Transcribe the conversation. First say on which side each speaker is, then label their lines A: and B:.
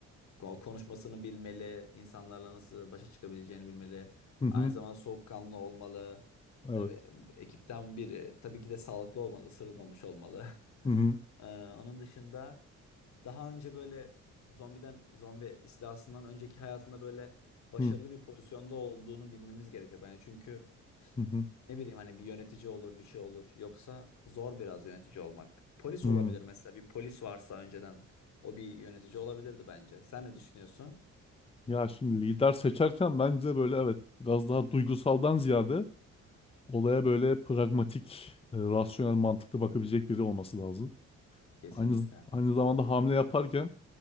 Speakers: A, on the left (about 65°); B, on the left (about 20°).
A: Ko- Konuşmasını bilmeli, insanlarla nasıl başa çıkabileceğini bilmeli.
B: Hı hı.
A: Aynı zamanda soğukkanlı olmalı.
B: Evet.
A: Tabii ekipten biri tabii ki de sağlıklı olmalı, ısırılmamış olmalı. <laughs>
B: Hı hı.
A: Ee, onun dışında daha önce böyle zombiden zombi istilasından önceki hayatında böyle başarılı
B: Hı
A: bir pozisyonda olduğunu bilmemiz gerekiyor bence. Çünkü
B: hı. hı.
A: ne bileyim hani bir yönetici olur bir şey olur. Yoksa zor biraz yönetici olmak. Polis
B: Hı.
A: olabilir mesela bir polis varsa önceden o bir yönetici olabilirdi bence. Sen ne düşünüyorsun?
B: Ya şimdi lider seçerken bence böyle evet biraz daha duygusaldan ziyade olaya böyle pragmatik, e, rasyonel, mantıklı bakabilecek biri olması lazım.
A: Kesinlikle.
B: Aynı aynı zamanda hamle yaparken